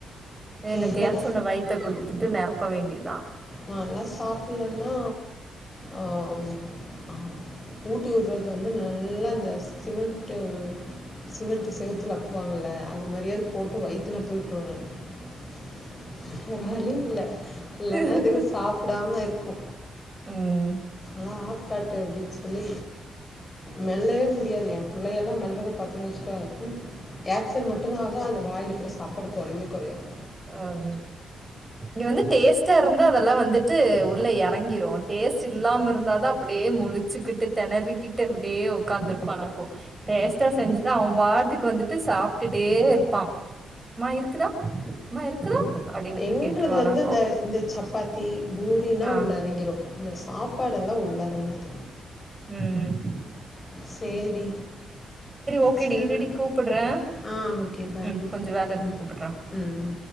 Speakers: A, on the right; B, on the left.
A: என்னத்தையாச்சு
B: இல்ல
A: ஒண்ண வயித்த குடு விட்டு நேரப்ப வேண்டியதா
B: நான்லா சாப்பட்லன்னா அஹ் அ ஊட்டி விடுறது வந்து நல்லா இந்த சிமெண்ட்டு சிமெண்ட்டு செத்துல அப்புவாங்கள்ல அது மரியாதது போட்டு வைத்துல <unintelligible> வேற வழி இல்ல இல்லன்னா
A: ம்
B: இது து சாப்டாம இருக்கு
A: உம்
B: ஆ ஆக்காட்டு அப்படின்னு சொல்லி மெல்லவே முடியாது என் பிள்ளைய எல்லாம் மெல்றத பாரத்தீன்ன வச்சுக்க ஏக்சன் மட்டும்தான் ஆகும் அந்த வாயில் இருக்கிற சாப்பாடு குறைவே குறையாது
A: உஹம் இங்க வந்து டேஸ்ட்டா இருந்தா அதெல்லாம் வந்துட்டு உள்ள எறங்கிடும் டேஸ்ட் இல்லாம இருந்தாதான் அப்படியே முளிச்சுக்கிட்டு திணறிகிட்டு அப்படியே உக்காந்துருப்பான்னாக்கும் டேஸ்ட்டா செஞ்சுட்டுா அவன் வாட்டுக்கு வந்துட்டு சாப்புட்டுட்டே இருப்பான் மா இருக்குதா ம்மா இருக்குதா அப்டின்னு வந்து
B: எங்களுக்கு
A: கேட்டுருவானாக்கு
B: வந்து இந்த இந்த சப்பாத்தி பூரினா
A: ஆ
B: உள்ளறங்கிரும் இந்த சாப்பாடெல்லாம் உள்ளறங்காது
A: உம்உம்
B: சரி
A: ஓகேடி
B: சரிதா
A: இருடி கூப்புட்றே
B: ஆஹ் ஓகே பாய்
A: ம் கொஞ்ச வேல இருக்கு
B: உம்
A: கூப்புட்றே
B: உம் உம்